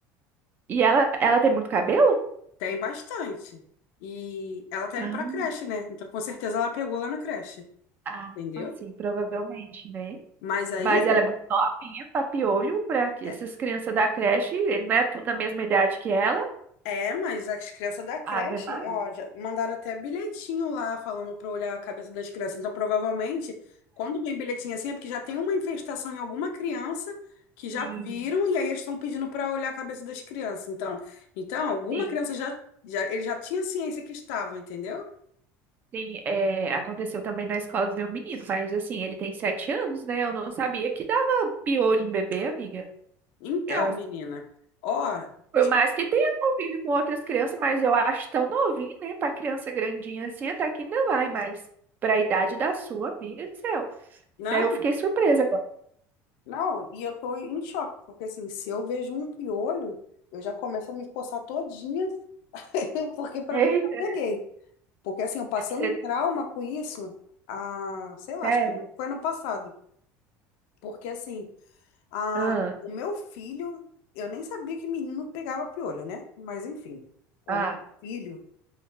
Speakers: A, on the right; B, on the left.
A: e ela, ela tem muito cabelo?
B: tem bastante. E ela tá
A: Ah,
B: indo pra creche, né? Então com certeza ela pegou lá na creche,
A: Ah,
B: entendeu?
A: assim, provavelmente, né?
B: Mas aí...
A: Mas ela é muito novinha, papiolho, pra que
B: é,
A: essas crianças da creche, não é tudo da mesma idade que ela.
B: É, mas as crianças da creche,
A: Ave Maria,
B: ó, já mandaram até bilhetinho lá falando pra olhar a cabeça das crianças. Então, provavelmente, quando vem bilhetinho assim, é porque já tem uma infestação em alguma criança que
A: sim,
B: já viram e aí eles estão pedindo pra olhar a cabeça das crianças. Então, então alguma
A: sim.
B: criança já, já, ele já tinha ciência que estava, entendeu?
A: Sim, é, aconteceu também na escola do meu menino, mas assim, ele tem sete anos, né? Eu não sabia que dava piolho em bebê, amiga.
B: Então,
A: Eu-
B: menina, ó,
A: por
B: ti-
A: mais que tenha convívio com outras crianças, mas eu acho tão novinho, né? Pra criança grandinha assim, até que ainda vai, mas pra idade da sua, amiga do céu.
B: não,
A: Até eu fiquei surpresa agora.
B: não, e eu tô em choque, porque assim, se eu vejo um piolho, eu já começo a me coçar todinha, <laughs> porque pra
A: Eita,
B: mim eu já peguei. Porque assim, eu passei um
A: é
B: trauma com isso, a, sei lá,
A: sério?
B: acho que foi ano passado. Porque assim, a,
A: Ah,
B: o meu filho, eu nem sabia que menino pegava piolho, né? Mas enfim, o
A: ah,
B: meu filho